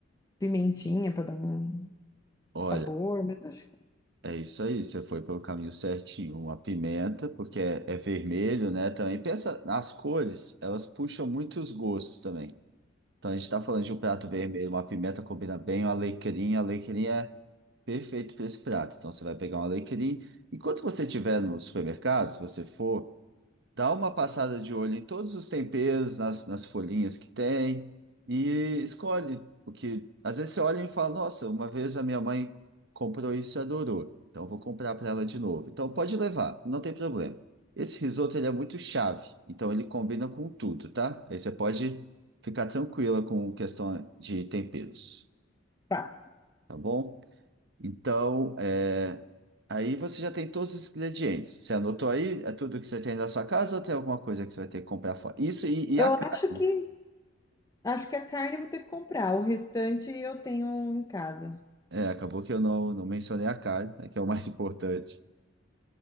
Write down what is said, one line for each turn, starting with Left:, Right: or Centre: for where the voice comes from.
Left: pimentinha para dar um
Right: Olha,
Left: sabor, mas acho que
Right: é isso aí, você foi pelo caminho certinho. Uma pimenta, porque é, é vermelho, né? Também pensa, as cores, elas puxam muitos gostos também. Então, a gente está falando de um prato vermelho, uma pimenta combina bem, um alecrim. Alecrim é perfeito para esse prato. Então, você vai pegar um alecrim. enquanto você estiver no supermercado, se você for dá uma passada de olho em todos os temperos, nas, nas folhinhas que tem e escolhe. O que às vezes você olha e fala: Nossa, uma vez a minha mãe comprou isso e adorou, então eu vou comprar para ela de novo. Então pode levar, não tem problema. Esse risoto ele é muito chave, então ele combina com tudo, tá? Aí você pode ficar tranquila com questão de temperos,
Left: Tá.
Right: tá bom? Então, é, aí você já tem todos os ingredientes. Você anotou aí? É tudo que você tem na sua casa ou tem alguma coisa que você vai ter que comprar fora? Isso e, e
Left: eu
Right: a carne.
Left: acho que acho que a carne eu vou ter que comprar, o restante eu tenho em casa.
Right: É, acabou que eu não, não mencionei a carne, né, que é o mais <laughs> importante.